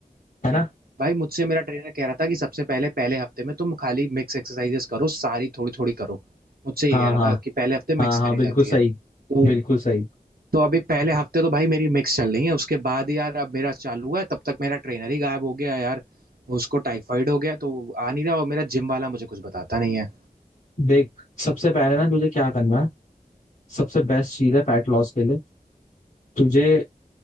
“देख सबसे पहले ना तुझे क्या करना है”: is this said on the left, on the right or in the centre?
Left